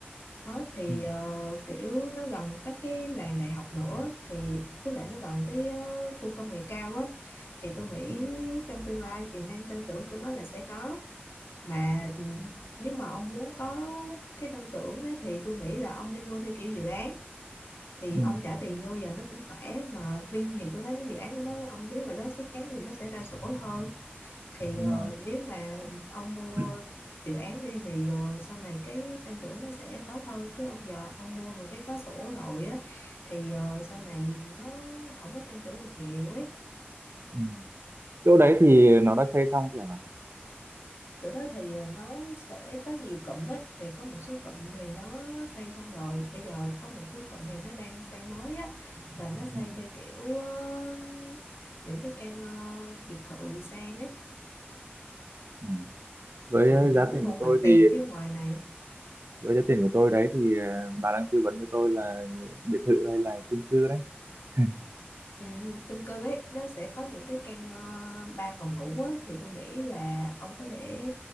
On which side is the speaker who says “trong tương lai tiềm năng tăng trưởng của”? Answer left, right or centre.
Left